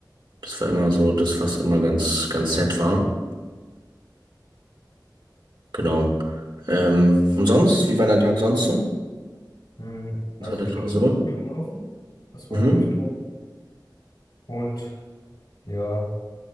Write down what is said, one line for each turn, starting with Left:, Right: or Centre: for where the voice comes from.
Right: Das war immer so das, was immer ganz, ganz nett war. Genau. Ähm, und sonst, wie war dein Tag sonst so?
Left: Mm,
Right: Das
Left: Also
Right: war der
Left: die
Right: Klausur.
Left: Klausur ist gut gelaufen. Das
Right: Mhm.
Left: war eigentlich toll. Und ja,